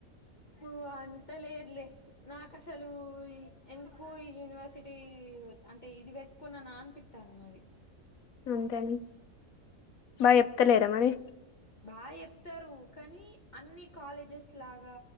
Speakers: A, on the left; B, on the left.
A: హు అంత లేదులే నాకు అసలు ఎందుకు ఈ యూనివర్సిటీ అంటే ఇది పెట్టుకున్నా నా అనిపిత్తాంది మరి
B: ఇంకేమి బాగా చెప్తాలేరా మరి
A: బాగా చెప్పారు కానీ అన్ని కాలేజెస్ లాగా